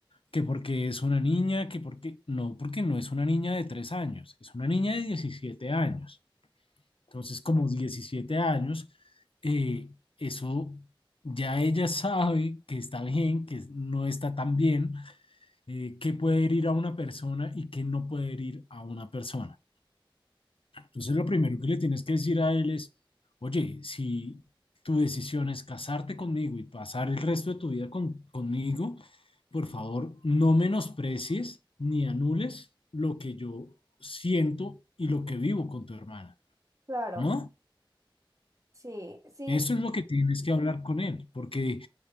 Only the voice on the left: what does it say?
Que porque es una niña, que porque no, porque no es una niña de tres años, es una niña de 17 años. Entonces, como 17 años, eh, eso ya ella sabe que está bien, que no está tan bien, eh, que puede herir a una persona y que no puede herir a una persona. Entonces, lo primero que le tienes que decir a él es, oye, si tu decisión es casarte conmigo y pasar el resto de tu vida con- conmigo, por favor, no menosprecies ni anules lo que yo siento y lo que vivo con tu hermana,
¿no?
Eso es lo que tienes que hablar con él, porque